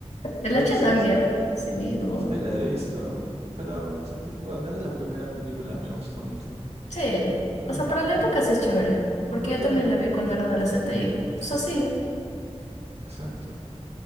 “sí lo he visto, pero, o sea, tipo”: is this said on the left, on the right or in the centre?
Right